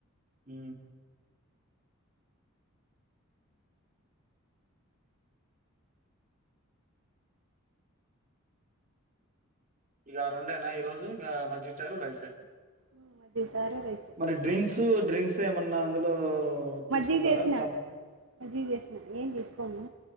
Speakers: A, on the right (about 40°); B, on the right (about 70°).
A: హ ఇక రెండేనా ఈ రోజు ఆ మాజీగా చారు రైసేయ్
B: ఉమ్, మజ్జిగ సారు రైస్
A: మరి డ్రింక్స్ డ్రింక్స్ ఏమన్నా అందులో
B: మజ్జిగ
A: తీసుకుంటారా
B: చేసిన
A: థమ్
B: మజ్జిగ చేసిన ఏం చేసుకోము